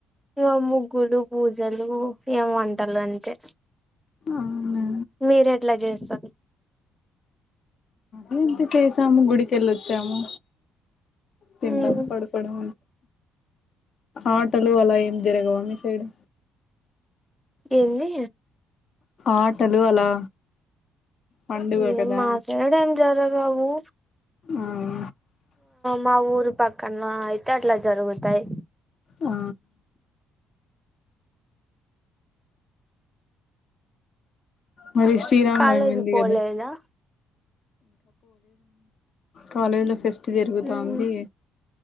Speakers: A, in the centre; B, on the left.
A: ఇగ ముగ్గులు పూజలు ఏం వంటలు అంతే
B: అవునా
A: మీరు ఎట్లా చేస్తా
B: అంత చేసాము గుడికెళ్ళొచ్చాము తిండం
A: ఉమ్
B: పడుకోవడం ఆటలు అలా ఏం జరగవా మీ సైడ్
A: ఏంది
B: ఆటలు అలా పండుగ
A: ఏం
B: కదా
A: మాసేడ ఏం జరగవు
B: ఆవు
A: మా ఊరు పక్కన ఆయి తే అట్లా జరుగుతాయి
B: ఆ మరి శ్రీరామనవమి
A: కాలేజీ
B: ఉంది
A: పోలేదా
B: కదా కాలేజ్ లో ఫెస్ ట్ జరుగుతోంది
A: ఉమ్